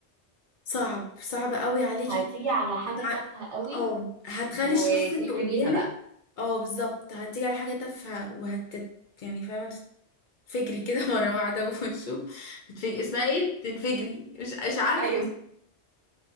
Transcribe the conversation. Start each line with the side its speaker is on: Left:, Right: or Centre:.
Left: صعب صعب قوي عليكي
Right: هتيجي
Left: <laughs> في
Right: على حاجة
Left: هتع...
Right: تافهة قوي
Left: اه هتخلي
Right: وتخربيها
Left: الشخص اللي قدامك
Right: بقى
Left: اه بالظبط هتيجي على حاجة تافهة وهت يعني فاهمة تتفجري كده <laughs> مرة واحدة وشو تتفجري اسمها ايه تنفجري مش مش عارفة
Right: ايوه